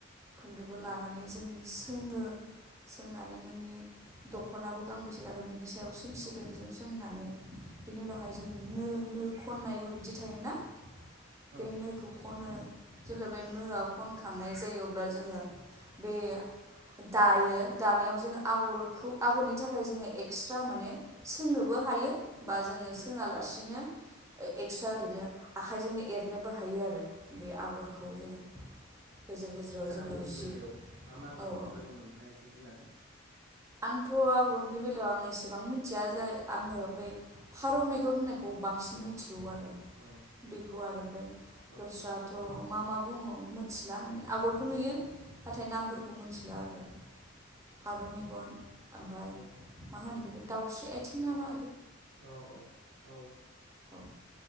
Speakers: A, on the right; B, on the right.
A: खुन्दुंखौ
B: औ
A: लानानै जों सोङो सोंनानै नोंनि दख'नाखौ गांबैसे लागोन बिनि सायाव सोंसिगोन
B: औ
A: जों सोंनानै बिनि उनावहाय जों नो नो खननायबो बिदि थायोना?
B: औ
A: बे नोखौ खनो जेब्ला बे नोआ खनखां जायो अब्ला जोङो बे
B: औ
A: दायो दानायाव जोङो आगरखौ आगरनि थाखाय जोङो एक्सट्रा माने सोंनोबो हायो बा जोङो
B: हायो
A: सोङालासिनो
B: उम
A: एक्सट्रा ओरैनो आखाइजोंनो एरनोबो हायो आरो। बे आगरखौ
B: औ
A: जोङो गेजेर गेजेराव
B: दा
A: जोङो
B: आगरनि
A: जि
B: बेलायाव मा मा आगर
A: औ औ
B: दोङोमोन नोंथाङा एसे बुंनो हागोन ना?
A: आंथ' आगरनि बेलायाव आं एसेबां मिथिया जाय आङो बै फारौ मेगन होननाय खौ बांसिन
B: औ
A: मिथिगौ आरो
B: अ
A: बेखौ आरो ओमफ्राय
B: औ
A: दस्राथ'
B: औ
A: मा मा बुङो मोनथिला माने आगरखौ
B: औ
A: नुयो नाथाय नामफोरखौ
B: औ
A: मिथिला आरो। फारौ मेगन ओमफ्राय
B: औ
A: मा होनो बेखौ दाउस्रि आइथिं ना मा
B: औ औ औ।
A: औ